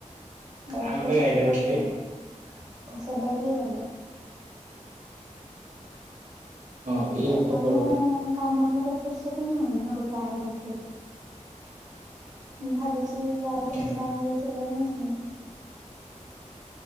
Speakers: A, on the right; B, on the right.
A: ଆମେ
B: ରଖିଲେ
A: ଗୋଟେ
B: ତା
A: ଗାଈଟେ
B: ସେବା
A: ରଖିବା
B: କିଏ
A: କି
B: ତା ସେବା କିଏ କରିବ।
A: ହଁ ଏଇ
B: ଏବେ
A: ସତ
B: ତ ମୁଁ
A: କଥା
B: କାମରେ ମତେ ଫୁର୍ସ ନୁନି ଗାଈ ରଖେ ମୁଁ ଭା କି ଆଣି
A: ହୁଁ।
B: ଦେଇ ନା